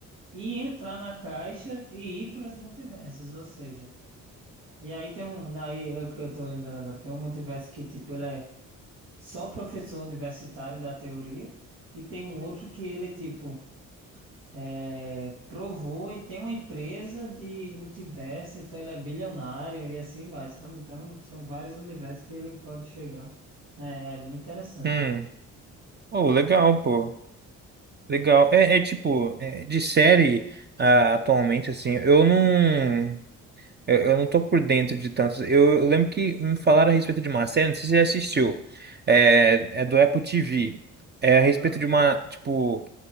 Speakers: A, on the right (about 80°); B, on the right (about 30°).
A: e entrar na caixa e ir para os multiversos, ou seja, e aí tem um, daí é o que eu tô lembrando agora, tem um multiverso que tipo ele é só professor universitário da teoria e tem um outro que ele tipo é, provou e tem uma empresa de multiverso, então ele é bilionário e assim vai, sabe? Então são vários universos que ele pode chegar. É, é muito interessante.
B: hum. Pô, legal, pô. Legal. É, é tipo, é, de série, ah, atualmente, assim, eu não. Eu, eu não tô por dentro de tantos. Eu, eu lembro que me falaram a respeito de uma série, não sei se você já assistiu. É, é do Apple TV. É a respeito
A: Ah,
B: de uma, tipo,